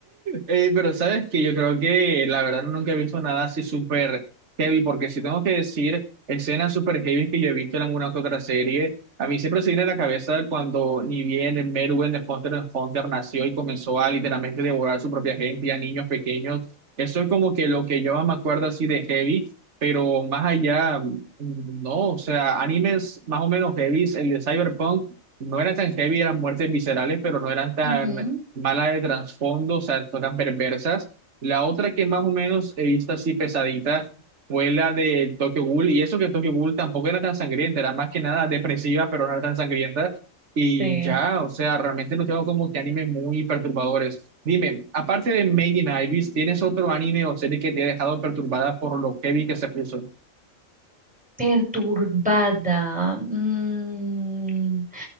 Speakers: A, on the right; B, in the centre.
A: Eh, pero sabes que yo creo que la verdad nunca he visto nada así súper heavy, porque si tengo que decir escenas súper heavy que yo he visto en alguna que otra serie, a mí siempre se viene a la cabeza cuando ni bien Merwin de Hunter x Hunter nació y comenzó a literalmente devorar a su propia gente, a niños pequeños. Eso es como que lo que yo me acuerdo así de heavy, pero más allá, mm, no, o sea, animes más o menos heavy, el de Cyberpunk no era tan heavy, eran muertes viscerales, pero no eran tan
B: Ujú.
A: mala de trasfondo, o sea, son tan perversas. La otra que más o menos he visto así pesadita fue la de Tokyo Ghoul, y eso que Tokyo Ghoul tampoco era tan sangrienta, era más que nada depresiva, pero no era tan sangrienta. Y
B: Sí.
A: ya, o sea, realmente no tengo como que animes muy perturbadores. Dime, aparte de Made in Abyss, ¿tienes otro anime o serie que te ha dejado perturbada por lo heavy que se puso?
B: Perturbada. mm,